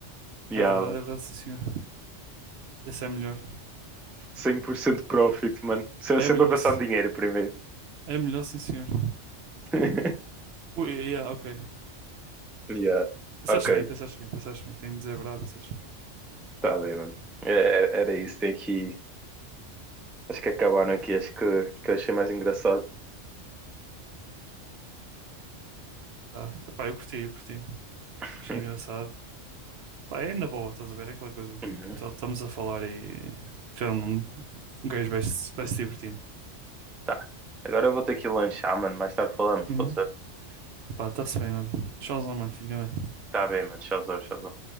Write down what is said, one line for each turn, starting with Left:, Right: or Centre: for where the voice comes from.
Centre: Yeah,
Right: É verdade,
Centre: mano.
Right: é verdade, sim, senhor. Esse é melhor.
Centre: cem por cento profit, mano. Sempre
Right: É,
Centre: sempre
Right: é melhor,
Centre: a passar
Right: sim-
Centre: no dinheiro primeiro.
Right: é melhor, sim, senhor.
Centre: <laughs>
Right: Ui, yeah, ok.
Centre: Yeah.
Right: Pensaste
Centre: Ok,
Right: bem, pensaste bem, pensaste bem. Tenho de dizer a verdade, pensaste bem.
Centre: tá bem, mano. É, Era, era isso. Tem aqui. Acho que acabaram aqui. Acho que, que eu achei mais engraçado.
Right: Tá. Epá, eu curti, eu curti.
Centre: <laughs>
Right: Achei engraçado. Pá, é na boa, estás a ver? É aquela coisa.
Centre: Uhum.
Right: Tipo, tá- estamos a falar e. Já não... Um gajo vai se vai se divertindo.
Centre: Tá. Agora eu vou ter que lanchar, mano. Mais tarde falamos,
Right: Uhum.
Centre: pode ser?
Right: Pá, está-se bem, olha. Tchauzão, mano. Fica bem.
Centre: Tá bem, mano. Tchauzão, tchauzão.